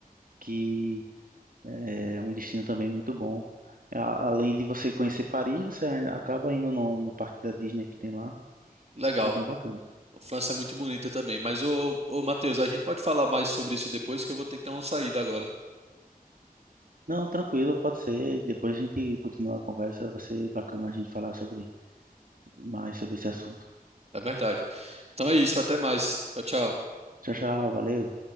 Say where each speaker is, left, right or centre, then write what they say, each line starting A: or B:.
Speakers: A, on the right; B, on the right.
A: que eh, é um destino também muito bom. A- Além de você conhecer Paris, você a- acaba indo no, no parque da Disney que tem lá.
B: Legal.
A: É bem bacana.
B: A França é muito bonita também. Mas, ô, ô, Matheus, a gente pode falar mais sobre isso depois, que eu vou ter que dar uma saída agora.
A: Não, tranquilo, pode ser. Depois a gente continua a conversa. Vai ser bacana a gente falar sobre mais sobre esse assunto.
B: É verdade. Então é isso, até mais. Tchau, tchau.
A: Tchau, tchau, valeu.